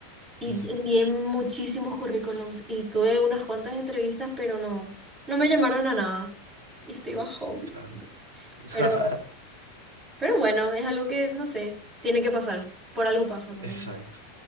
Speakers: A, on the right; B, on the right.
A: y
B: Ujú,
A: envié muchísimos currículums y tuve unas cuantas entrevistas, pero no, no me llamaron a nada y estoy bajón.
B: claro. <laughs>
A: Pero, pero bueno, es algo que, no sé, tiene que pasar. Por algo pasa con
B: Exacto.
A: él.